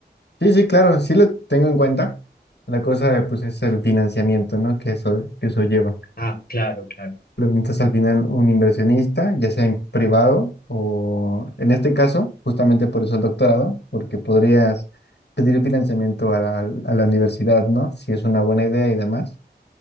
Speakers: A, on the left (about 75°); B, on the left (about 55°).
A: Sí, sí, claro, sí lo tengo en cuenta. La cosa, pues, es el financiamiento, ¿no? Que eso, que eso lleva.
B: Ah, claro, claro.
A: preguntas al final un inversionista, ya sea en privado o en este caso, justamente por eso el doctorado, porque podrías pedir financiamiento a la, a la universidad, ¿no? Si es una buena idea y demás,